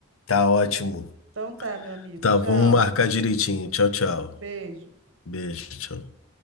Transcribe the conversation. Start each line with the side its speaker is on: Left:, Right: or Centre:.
Left: Tá ótimo.
Right: Então tá, meu amigo.
Left: Tá,
Right: Tchau.
Left: vamos marcar direitinho. Tchau, tchau.
Right: Beijo.
Left: Beijo, tchau.